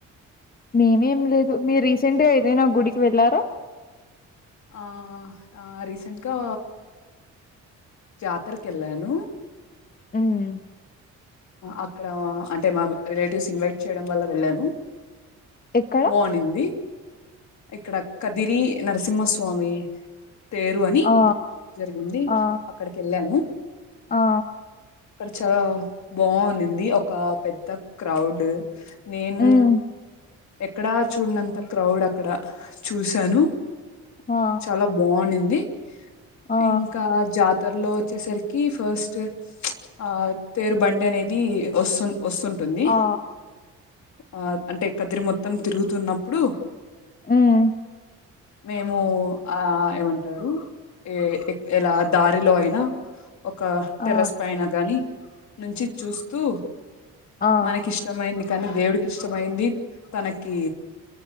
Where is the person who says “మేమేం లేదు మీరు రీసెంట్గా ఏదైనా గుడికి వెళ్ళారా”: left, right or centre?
Left